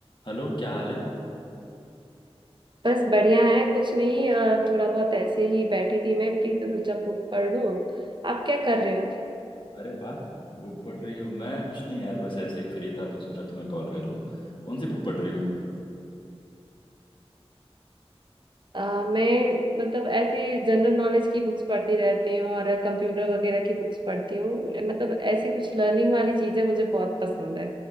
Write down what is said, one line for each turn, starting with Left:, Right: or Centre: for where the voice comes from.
Left: Hello क्या हाल है
Right: बस बढ़िया है कुछ नहीं अ, थोड़ा बहुत ऐसे ही बैठी थी मैं फ्री तो सोचा बुक पढ़ लूं आप क्या कर रहे हो
Left: अरे वाह बुक पढ़ रही हो मैं कुछ नहीं यार बस ऐसे ही फ्री था तो सोचा तुम्हें कॉल कर लूं कौन सी बुक पढ़ रही हो
Right: अ, मैं मतलब ऐसी जनरल नॉलेज की बुक्स पढ़ती रहती हूँ और कंप्यूटर वगैरह की बुक्स पढ़ती हूँ मतलब ऐसी कुछ लर्निंग वाली चीजें मुझे बहुत पसंद है